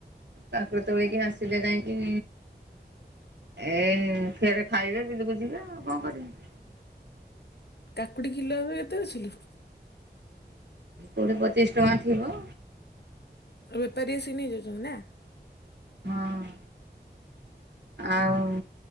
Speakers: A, on the right (about 80°); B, on the left (about 70°).
A: କାକୁଡି ତୋଳିକି ଆସିଲେ ଯାଇଁକି ଏଇ ଫେରେ ଖାଇବେ ବିଲକୁ ଯିବେ ଆଉ କଣ କରିବେ।
B: କାକୁଡି କିଲୋ ଏବେ ଏତେ ଅଛି ଲୋ?
A: କୋଡିଏ ପଚିଶି ଟଙ୍କା ଥିବ।
B: ଆଉ ବେପାରୀ ଆସି ନେଇ ଯାଉଚନ୍ତି ନା?
A: ହଁ ଆଉ